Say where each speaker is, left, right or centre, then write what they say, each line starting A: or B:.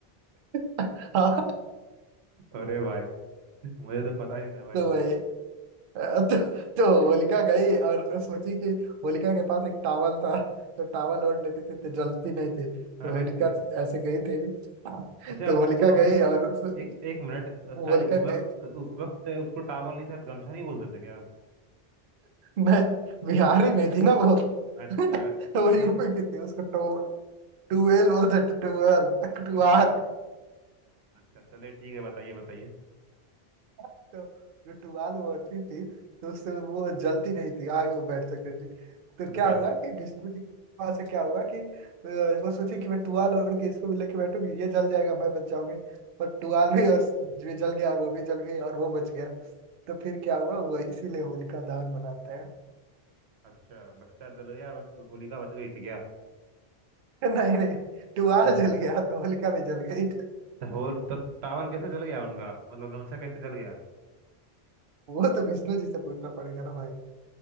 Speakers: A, on the right (about 65°); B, on the right (about 90°).
A: <laughs> हाँ
B: अरे भाई मुझे तो पता ही नहीं था भाई
A: तो भाई अ, तो, तो होलिका गई और सोची कि होलिका के पास एक टावल था तो टावल ओढ़ लेती थी तो जलती नहीं थी तो
B: अरे
A: होलिका
B: तेरी
A: ऐसे गई थी
B: अच्छा
A: तो होलिका
B: उसको
A: गई और उस-
B: एक एक मिनट अ, शायद
A: होलिका
B: उस वक्त
A: गई
B: उस वक्त उसको टावल नहीं शायद गमछा नहीं बोलते थे क्या
A: मैं बिहारी नहीं थी ना वो
B: अच्छा
A: <laughs>
B: अच्छा,
A: वो
B: चलिए
A: यूपी की थी उसको टू टूएल बोलते थे टूएल
B: ठीक
A: टुआर
B: है बोल अच्छा चलिए ठीक है बताइए बताइए
A: तो जो टुआल वो ओढ़ती थी तो उससे वो जलती नहीं थी आग में बैठ सकती थी तो
B: अच्छा
A: क्या
B: अच्छा
A: हुआ कि विष्णु जी के पास से क्या हुआ कि अ, वो सोची कि मैं टुआल ओढ़ के इसको भी लेके बैठूंगी ये जल जाएगा मैं बच जाऊंगी पर टुआल भी और भी जल गया और वो भी जल गई और वो बच गया तो फिर क्या हुआ वो इसीलिए होलिका दहन मनाते हैं
B: अच्छा बच्चा जल गया बस होलिका बच गई थी क्या
A: <laughs> नहीं नहीं टुआल
B: तो
A: जल गया तो होलिका भी जल गई
B: होल तो टावल कैसे जल गया उनका मतलब गमछा कैसे जल गया
A: वो तो विष्णु जी से पूछना पड़ेगा ना भाई